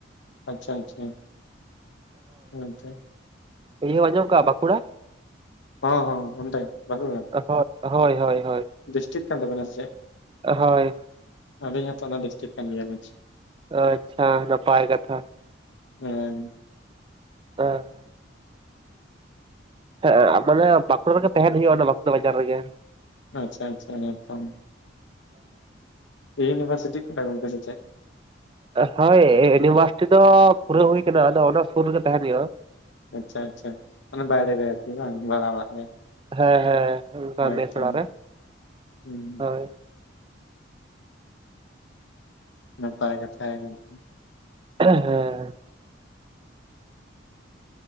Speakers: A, on the left; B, on the right.
A: ᱟᱪᱪᱷᱟ ᱟᱪᱪᱷᱟ ᱦᱩᱸ ᱪᱮ
B: ᱤᱭᱟᱹᱢ ᱟᱸᱡᱚᱢ ᱠᱟᱜᱼᱟ ᱵᱟᱸᱠᱩᱲᱟ
A: ᱦᱚᱸ ᱦᱚᱸ ᱚᱸᱰᱮ ᱵᱟᱸᱠᱩᱲᱟ
B: ᱦᱳᱭ ᱦᱳᱭ ᱦᱳᱭ ᱦᱳᱭ
A: ᱰᱤᱥᱴᱤᱠ ᱠᱟᱱ ᱛᱟᱵᱤᱱᱟ ᱥᱮ ᱪᱮᱫ?
B: ᱦᱳᱭ,
A: ᱟᱹᱞᱤᱧ ᱦᱚᱸᱛᱚ ᱚᱱᱟ ᱰᱤᱥᱴᱤᱠ ᱠᱟᱱ ᱜᱮᱭᱟᱞᱤᱧ
B: ᱚ ᱟᱪᱪᱷᱟ ᱱᱟᱯᱟᱭ ᱠᱟᱛᱷᱟ
A: ᱦᱮᱸ
B: ᱚ ᱦᱮᱸᱜ ᱮ ᱢᱟᱱᱮ ᱵᱟᱸᱠᱩᱲᱟ ᱨᱮᱜᱮ ᱛᱟᱦᱮᱱ ᱦᱩᱭᱩᱜᱼᱟ ᱚᱱᱟ ᱵᱟᱸᱠᱩᱲᱟ ᱵᱟᱡᱟᱨ ᱨᱮᱜᱮ
A: ᱟᱪᱪᱷᱟ ᱟᱪᱪᱷᱟ ᱦᱮᱸ ᱛᱚᱢ ᱤᱭᱩᱱᱤᱵᱷᱟᱨᱥᱤᱴᱤ ᱠᱚᱨᱮ ᱜᱚᱝᱠᱮ ᱥᱮᱪᱮᱜ?
B: ᱦᱳᱭ ᱤᱭᱩᱱᱤᱵᱷᱟᱨᱥᱤᱴᱤ ᱫᱚ ᱯᱩᱨᱟᱹ ᱦᱩᱭ ᱠᱟᱱᱟ ᱟᱫᱚ ᱚᱱᱟ ᱥᱩᱨ ᱨᱮᱜᱮ ᱛᱟᱦᱮᱱ ᱦᱩᱭᱩᱜᱼᱟ
A: ᱟᱪᱪᱷᱟ ᱟᱪᱪᱷᱟ ᱚᱱᱟ ᱵᱟᱭᱨᱮ ᱨᱮ ᱟᱨᱠᱤ ᱵᱟᱝ ᱵᱷᱟᱲᱟ ᱚᱲᱟᱜ ᱨᱮ
B: ᱦᱮᱸ ᱦᱮᱸ ᱚᱱᱠᱟ
A: ᱦᱳᱭᱛᱚ
B: ᱢᱮᱥ ᱚᱲᱟᱜ ᱨᱮ
A: ᱦᱩᱸ
B: ᱦᱳᱭ
A: ᱱᱟᱯᱟᱭ ᱠᱟᱛᱷᱟ ᱜᱮ ᱜᱚᱝᱠᱮ
B: ᱦᱮᱸ